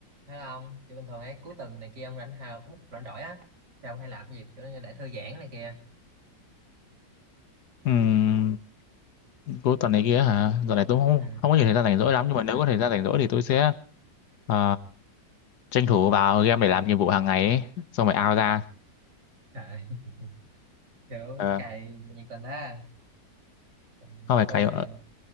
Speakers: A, on the right (about 65°); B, on the left (about 65°).
A: Thấy không? Thì bình thường ấy cuối tuần này kia ông rảnh hào cũng rảnh rỗi á thì ông hay làm cái gì kiểu như để thư giãn này kia.
B: Ừm, cuối tuần này kia hả? Giờ này tôi không
A: Ừ.
B: không có nhiều thời gian rảnh rỗi lắm nhưng mà nếu có thời gian rảnh rỗi thì tôi sẽ ờ, tranh thủ vào game để làm nhiệm vụ hàng ngày ấy, xong rồi out ra.
A: À, <laughs> kiểu
B: Ờ,
A: cày nhiệt tình ha. Còn
B: không phải
A: Tôi
B: cày
A: thì